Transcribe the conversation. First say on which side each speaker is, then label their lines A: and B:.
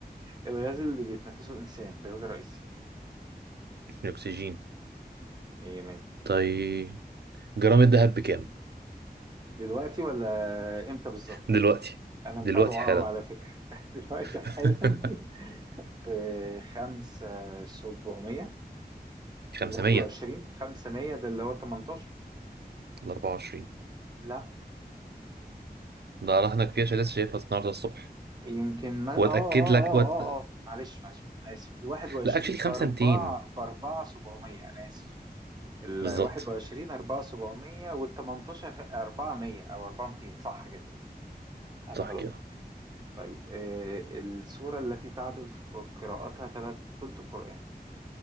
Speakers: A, on the right (about 25°); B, on the right (about 80°).
A: الغاز اللي بيتنفسه الإنسان الغاز الرئيسي
B: الاكسجين
A: مية مية
B: طيب جرام الذهب بكام
A: دلوقتي ولا إمتى بالظبط؟
B: دلوقتي
A: أنا
B: دلوقتي
A: متابعه
B: حالا
A: أوي على فكرة <laughs> دلوقتي
B: <laughs>
A: حالا بخمسة سبعمية
B: 500
A: الواحد وعشرين خمسة مية ده اللي هو تمنتاشر
B: ل 24
A: لا
B: ده راح هناك فيها عشان لسه شايفها النهارده الصبح
A: يمكن ما
B: واتاكد
A: آه آه آه
B: لك
A: آه
B: وات...
A: آه آه. معلش معلش أنا آسف الواحد وعشرين
B: لا اكشلي 5200
A: بأربعة بأربعة سبعمية أنا آسف ال
B: بالظبط
A: 21 4 700 وال 18 400 او 400 صح كده انا
B: صح
A: غلط
B: كده
A: طيب آه السورة التي تعدل في ق- قراءتها ثلاث ثلث القرآن